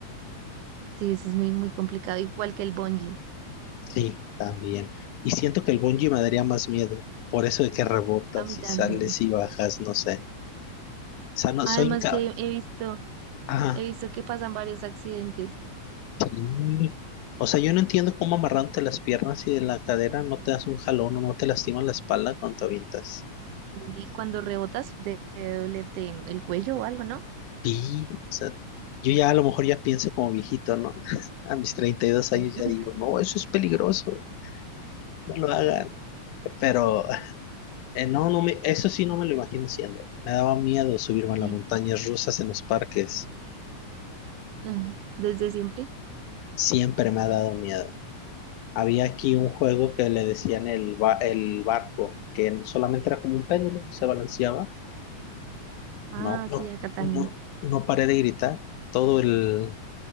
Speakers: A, on the right; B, on the left.
A: Sí, eso es muy, muy complicado. Igual que el bungee.
B: Sí, también. Y siento que el bungee me daría más miedo. Por eso de que rebotas
A: A mí también.
B: y sales y bajas, no sé. O sea, no,
A: Además
B: soy incapaz.
A: que he visto,
B: Ah,
A: he visto que pasan varios accidentes
B: sí. O sea, yo no entiendo cómo amarrándote las piernas y de la cadera no te das un jalón o no te lastimas la espalda cuando te avientas.
A: y cuando rebotas debe dolerte el cuello o algo, ¿no?
B: Sí, o sea, yo ya a lo mejor ya pienso como viejito, ¿no? <laughs> A mis 32
A: <laughs>
B: años ya digo, no, eso es peligroso, no lo hagan. Pero Eh, no, no me, eso sí no me lo imagino haciendo. Me daba miedo subirme a
A: Sí,
B: las montañas rusas en los parques.
A: ajá, desde siempre.
B: Siempre me ha dado miedo. Había aquí un juego que le decían el, ba- el barco, que solamente era como un péndulo, se balanceaba.
A: Ah,
B: No, no,
A: sí, acá también.
B: no, no paré de gritar. Todo el,